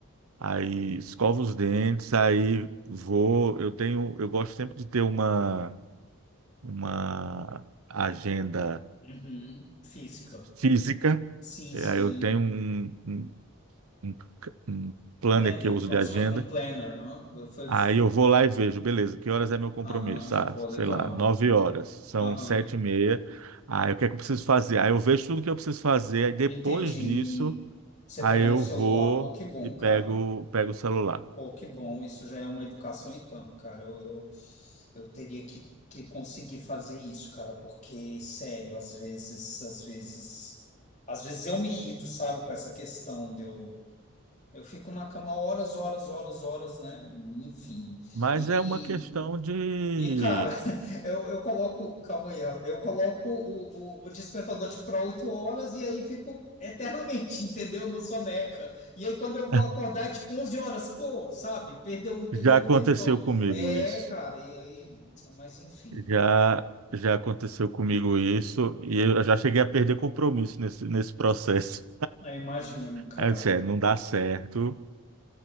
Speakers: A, on the right (about 85°); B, on the left (about 35°).
A: aí escovo os dentes, aí vou, eu tenho, eu gosto sempre de ter uma uma agenda
B: uhum. Física.
A: física.
B: Sim,
A: É,
B: sim.
A: eu tenho um, um, um- um planner
B: Planner,
A: que eu uso
B: como
A: de agenda.
B: se um planner. hã? Foi,
A: Aí
B: foi.
A: eu vou lá e vejo, beleza, que horas é meu compromisso?
B: Ah,
A: Ah,
B: pô, legal.
A: sei lá, nove horas, são
B: Aham.
A: sete e meia. Aí o que é que eu preciso fazer? Aí eu vejo tudo que eu preciso fazer, aí depois
B: Entendi.
A: disso,
B: Você
A: aí
B: pega
A: eu
B: no celular.
A: vou
B: Pô, que bom,
A: e pego,
B: cara.
A: pego o celular.
B: Pô, que bom. Isso já é uma educação, então, cara. Eu, eu, eu teria que, que conseguir fazer isso, cara, porque, sério, às vezes, às vezes. Às vezes eu me irrito, sabe, com essa questão de eu. Eu fico na cama horas, horas, horas, horas, né? Enfim.
A: Mas
B: E,
A: é uma questão de.
B: e cara, <laughs> eu, eu coloco. Calma aí, Rafa. eu coloco o, o, o despertador tipo, para 8 horas e aí fico eternamente, <laughs> entendeu? No soneca. E aí quando eu
A: <laughs>
B: vou acordar é tipo 11 horas, pô, sabe? Perdeu um, perdeu
A: Já
B: um
A: aconteceu
B: tempão.
A: comigo
B: É,
A: isso.
B: cara, e aí. Mas enfim.
A: Já, já aconteceu comigo isso e eu já cheguei a perder compromisso nesse, nesse processo.
B: Aí imagino, cara.
A: Aí eu disse, é, não dá certo